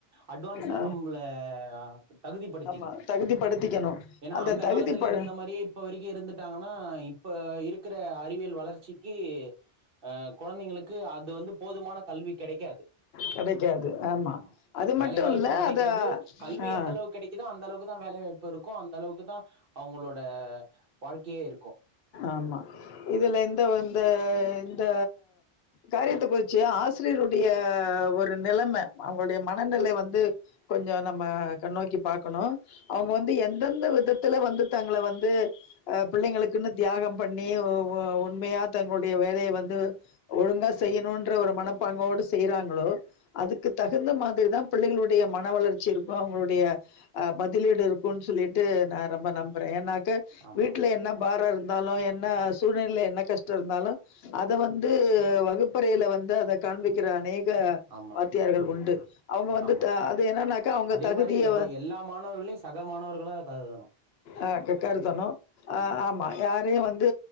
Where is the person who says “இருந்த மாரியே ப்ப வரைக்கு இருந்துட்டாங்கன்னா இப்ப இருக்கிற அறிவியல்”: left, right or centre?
Right